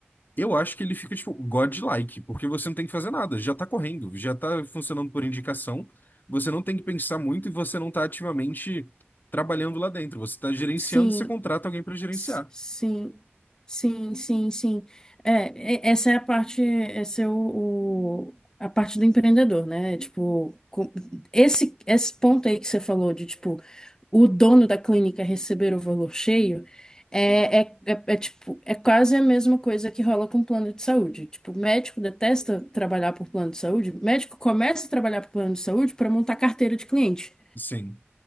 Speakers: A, on the left (about 50°); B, on the left (about 15°).
A: eu acho que ele fica, tipo, godlike, porque você não tem que fazer nada, já tá correndo, já tá funcionando por indicação, você não tem que pensar muito e você não tá ativamente trabalhando lá dentro. Você tá gerenciando,
B: Sim,
A: você contrata alguém para gerenciar.
B: s- sim, sim, sim, sim. É, e- essa é a parte, essa é o, o- a parte do empreendedor, né? Tipo, com- esse, esse ponto aí que você falou de, tipo, o dono da clínica receber o valor cheio é, é, é, é, tipo, é quase a mesma coisa que rola com plano de saúde. Tipo, o médico detesta trabalhar por plano de saúde, o médico começa a trabalhar por plano de saúde para montar carteira de cliente.
A: Sim.